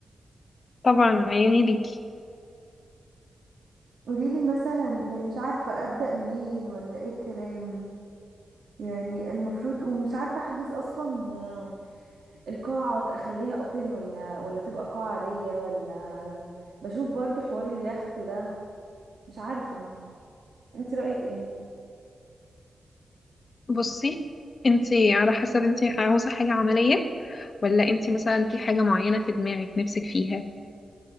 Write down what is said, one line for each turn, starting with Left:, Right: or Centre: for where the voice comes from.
Left: طبعا عيوني ليكي
Right: قوليلي مثلا يعني مش عارفه ابدا منين ولا ايه الكلام يعني المفروض ومش عارفه احجز اصلا القاعة اخليها اوبن ولا ولا تبقى قاعة عادية ولا بشوف برضو حوار اليخت ده مش عارفة انت رأيك ايه
Left: بصي انت على حسب انت عاوزة حاجة عملية ولا انت مثلا في حاجة معينة في دماغك نفسك فيها